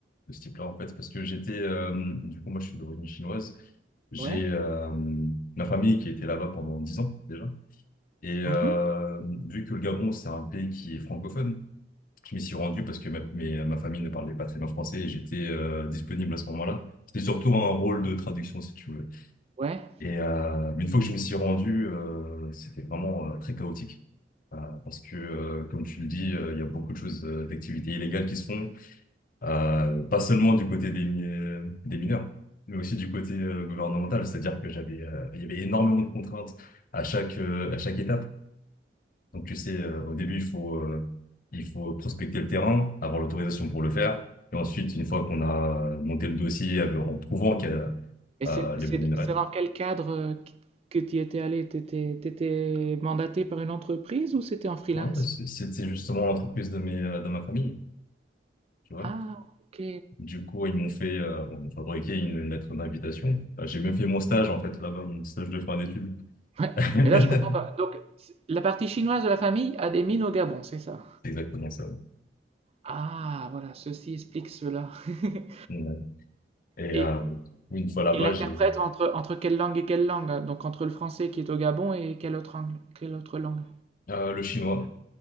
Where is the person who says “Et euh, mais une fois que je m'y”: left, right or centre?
Left